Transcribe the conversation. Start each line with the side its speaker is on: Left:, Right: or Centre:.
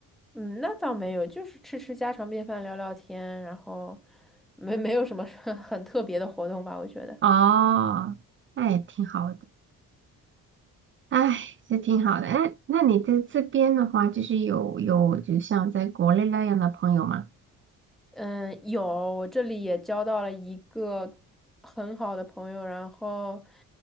Centre: 嗯，那倒没有，就是吃吃家常便饭，聊聊天，然后没没有什么 <laughs> 很特别的活动吧，我觉得。
Right: 哦，那也挺好的，哎，这挺好的。哎，那你在这边的话，就是有有，就像在国内那样的朋友吗？
Centre: 嗯，有，我这里也交到了一个很好的朋友，然后，